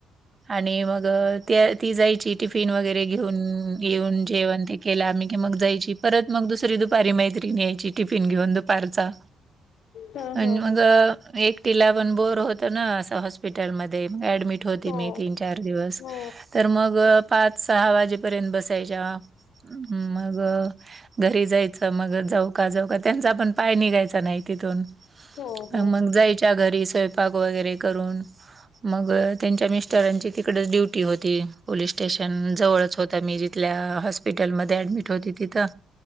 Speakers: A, on the right; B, on the left.
A: आणि मग त्या ती जायची ती टिफिन वगैरे घेऊन येेऊन जेवण ते केलं आम्ही की मग जायची परत मग दुसरी दुपारी मैत्रीण यायची. टिफिन घेऊन दुपारचा
B: हा
A: आणि
B: हा
A: मग
B: हा
A: एक टीला पण बोर होत न अस हॉस्पिटलमध्ये ऍडमिट मीट होती
B: हो
A: मी तीन चार दिवस
B: हो हो
A: तर मग पाच सहा वाजेपर्यंत बसायच्या हम्म मग घरी जायचं मग जाऊ का जाऊ का त्यांचा पण पाय निघायचा नाही तिथून.
B: हो हो
A: मग जायच्या घरी स्वयंपाक वगैरे करून मग त्यांच्या मिस्टरांची तिकडच ड्युटी होती पोलीस स्टेशन जवळच होत्या मी जिथल्या हॉस स्पिटलमध्ये ॲडमिट होती तिथं